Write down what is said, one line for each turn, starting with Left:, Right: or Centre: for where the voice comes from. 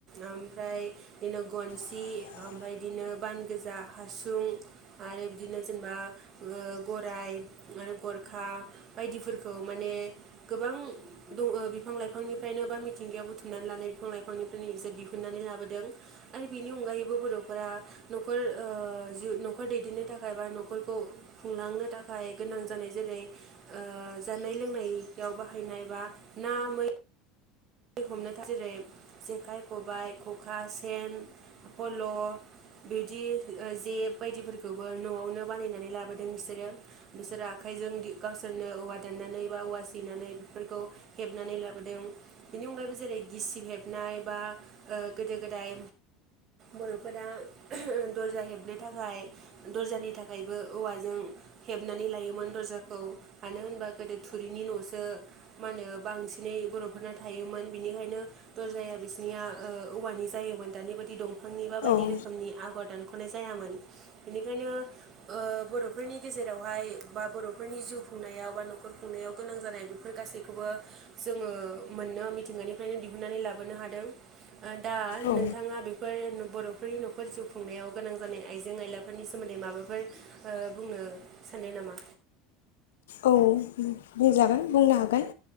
Right: ओमफ्राय बिदिनो गन्सि
Left: <inaudible>
Right: ओमफ्राय बिदिनो बान गोजा हासुं आरो बिदिनो जेनेबा गराइ आरो गरखा बायदिफोरखौ माने गोबां दङ बिफां लाइफांनि फ्रायनोबा मिथिंगायाव बुथुमनानै लानाय बिफां लाइफांनिफ्राय इसे दिहुननानै लाबोदों आरो बिनि अनगायैबो बर'फोरा न'खर जिउ न'खर दैदेननो थाखाय बा न'खरखौ खुंलांनो थाखाय गोनां जानायजों जेरै जानाय लोंनायाव बाहायनाय बा ना मै हमनो थाखाय जेरै जेखाइ खबाइ खखा सेन पल' बिदि जेब बायदिफोरखौबो न'आवनो बानायनानै लाबोदों बिसोरो बिसोरो आखाय आखायजों गावसोरनो औवा दाननानै बा औवा सिनानै बेफोरखौ हेबनानै लाबोदों बेनि अनगायैबो जेरै गिसिं हेबनाय बा गोदो गोदाय बर'फोरा दर्जा हेबनो थाखाय दर्जानि थाखायबो औवाजों हेबनानै लायोमोन दर्जाखौ मानो होनबा गोदो थुरिनि न'सो मा होनो बांसिनै बर' फोरना थायोमोन बिनिखायनो दरजाया बिसनिया औवानि जायोमोन दानि बायदि दंफां आांनिबा बायदि
Left: औ
Right: रोखोमनि आगर दान खनाय जायामोन बेनिखायनो बर'फोरनि गेजेरावहाय बा बर'फोरनि जिउ खुंनायाव बा न'खर खुंनायाव गोनां जानाय बेफोर गासैखौबो जोङो मोननो मिथिंगानिफ्रायनो दिहुनन्नानै लाबोनो हादों दा
Left: औ
Right: नोंथाङा बेफोर बर'फोरनि न'खर जिउ खुंनायाव गोनां जानाय आइजें आयलाफोरनि सोमोन्दै माबाफोर बुंनो स थाननाय नामा
Left: औ बुंजागोन बुंनो हागोन